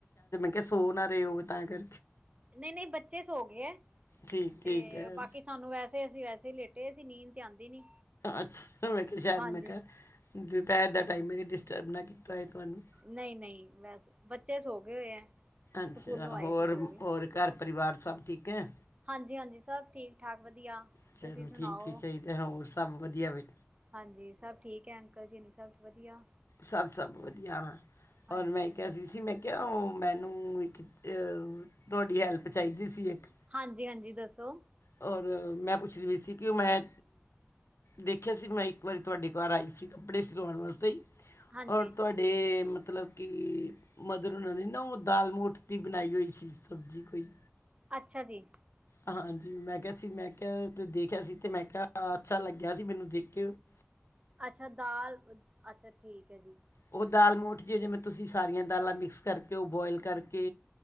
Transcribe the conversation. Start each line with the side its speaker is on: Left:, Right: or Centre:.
Left: ਕਿ ਸੌ ਨਾ ਰਹੇ ਹੋਵੇ ਤਾਂ ਕਰ
Right: ਨਹੀਂ ਨਹੀਂ ਬੱਚੇ ਸੋ ਗਏ ਹੈ
Left: ਠੀਕ ਠੀਕ
Right: ਤੇ
Left: ਹੈ
Right: ਬਾਕੀ ਸਾਨੂੰ ਵੈਸੇ ਅਸੀਂ ਵੈਸੇ ਹੀ ਲੇਟੇ ਸੀ ਨੀਂਦ ਤੇ ਆਉਂਦੀ ਨੀ।
Left: ਅੱਛਾ ਮੈਂ ਕਿਹਾ ਸ਼ਾਇਦ
Right: ਹਾਂਜੀ
Left: ਮੈਂ ਕਿਹਾ ਦੁਪਹਿਰ ਦਾ ਟਾਈਮ ਹੈ। ਕਿ ਡਿਸਟਰਬ ਨਾ ਕੀਤਾ ਹੋਏ ਤੁਹਾਨੂੰ।
Right: ਨਹੀਂ ਨਹੀਂ ਮੈਂ ਤੇ ਬੱਚੇ ਸੌ ਗਏ ਹੋਏ ਹੈ।
Left: ਅੱਛਾ
Right: ਸਕੂਲੋਂ ਆਏ
Left: ਹੋਰ
Right: ਸੀ ਸੋ ਗਏ
Left: ਹੋਰ ਘਰ ਪਰਿਵਾਰ ਸਭ ਠੀਕ ਹੈ।
Right: ਹਾਂਜੀ ਹਾਂਜੀ ਸਭ ਠੀਕ। ਠਾਕ ਵਧੀਆ
Left: ਚਲੋ
Right: ਤੁਸੀਂ ਸੁਣਾਓ
Left: ਠੀਕ ਹੀ ਚਾਹੀਦਾ ਹੈ। ਹੋਰ ਸਭ ਵਧੀਆ ਹੈ।
Right: ਹਾਂਜੀ ਸਭ ਠੀਕ ਹੈ ਅੰਕਲ ਜੀ ਨ ਸਭ ਵਧੀਆ
Left: ਸਭ ਸਭ ਵਧੀਆ ਹਾਂ
Right: ਹਾਂਜੀ
Left: ਔਰ ਮੈਂ ਕਿਹਾ ਸੀ ਮੈਂ ਕਿਆਉ ਉਹ ਮੈਨੂੰ ਇੱਕ ਤੁਹਾਡੀ ਹੈਲਪ ਚਾਹੀਦੀ ਸੀ ਇੱਕ
Right: ਹਾਂਜੀ ਹਾਂਜੀ ਦੱਸੋ
Left: ਔਰ ਮੈਂ ਪੁੱਛ ਰ ਹੋਈ ਸੀ ਕਿ ਉਹ ਮੈਂ ਦੇਖਿਆ ਸੀ ਮੈਂ ਇੱਕ ਵਾਰੀ ਤੁਹਾਡੇ ਘਰ ਆਈ ਸੀ ਕੱਪੜੇ ਸਿਲਾਉਣ ਵਾਸਤੇ
Right: ਹਾਂਜੀ
Left: ਔਰ ਤੁਹਾਡੀੇ ੜ ਮਤਲਬ ਕਿ ਮਧਰ ਹਨਾਂ ਨਹੀਂ ਨਾ ਉਹ ਦਾਲ ਮਗੋਠ ਦੀ ਬਣਾਈ ਹੋਈ ਸੀ ਸਬਜ਼ੀ ਕੋਈ
Right: ਅੱਛਾ ਜੀ
Left: ਹਾਂਜੀ ਮੈਂ ਕਿਹਾ ਸੀ ਮੈਂ ਕਿਹਾ ਦੇਖਿਆ ਸੀ ਤੇ ਮੈਂ ਕਿਹਾ ਅੱਛਾ ਲੱਗਿਆ ਸੀ ਮੈਨੂੰ ਦੇਖਿ <inaudible>
Right: ਅੱਛਾ ਦਾਲ ਅੱਛਾ ਠੀਕ ਹੈ ਜੀ
Left: ਉਹ ਦਾਲ ਮੋਠ ਜੇ ਜਿਵੇਂ ਤੁਸੀਂ ਸਾਰੀਆਂ ਦਾਲਾਂ ਮਿਕਸ ਕਰਕੇ ਉਹ ਬੋਆਇਲ ਕਰਕੇ